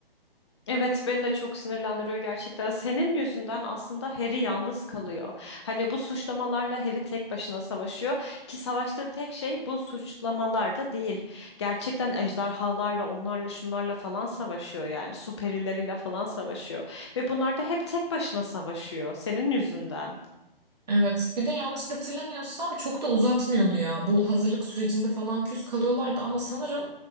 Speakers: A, on the left; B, on the right.
A: Evet beni de çok sinirlendiriyor gerçekten. Senin yüzünden aslında Harry yalnız kalıyor. Hani bu suçlamalarla Harry tek başına savaşıyor ki savaştığı tek şey bu suçlamalarda değil. Gerçekten ejderhalarla, onlarla, şunlarla falan savaşıyor yani. Süperileriyle falan savaşıyor ve bunlar da hep tek başına savaşıyor senin yüzünden.
B: Evet. Bir de yanlış hatırlamıyorsam çok da uzatmıyordu ya. Bu hazırlık sürecinde falan küs kalıyorlardı ama sanırım